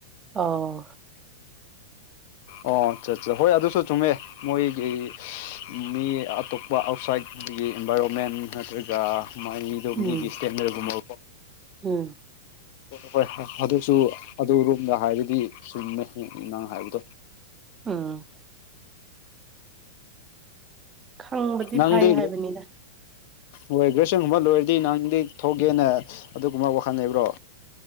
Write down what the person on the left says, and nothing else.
ꯑꯣ ꯆꯠ ꯍꯣꯏ ꯑꯗꯨꯁꯨ ꯆꯨꯝꯃꯦ ꯃꯣꯏꯒꯤ ꯃꯤ ꯑꯇꯣꯞꯄ ꯑꯥꯎꯠꯁꯥꯏꯠꯒꯤ ꯏꯟꯚꯥꯏꯔꯣꯟꯃꯦꯟ ꯅꯠꯇ꯭ꯔꯒ ꯃꯥꯥꯏꯗꯣ
ꯃꯤꯒꯤ ꯏꯁꯇꯦꯟꯗꯔꯒꯨꯝꯕ
ꯍꯣꯏ ꯑꯗꯨꯁꯨ ꯑꯗꯨ ꯔꯣꯝꯗ ꯍꯥꯏꯕꯗꯤ ꯆꯨꯝꯃꯦ ꯅꯪ ꯍꯥꯏꯕꯗꯣ
ꯅꯪꯗꯤ
ꯍꯣꯏꯒ꯭ꯔꯦꯁꯟꯒꯨꯝꯕ ꯂꯣꯏꯔꯗꯤ ꯅꯪ ꯀ ꯊꯣꯛꯒꯦꯅ ꯑꯗꯨꯒꯨꯝꯕ ꯋꯥꯈꯜ ꯂꯩꯕ꯭ꯔꯣ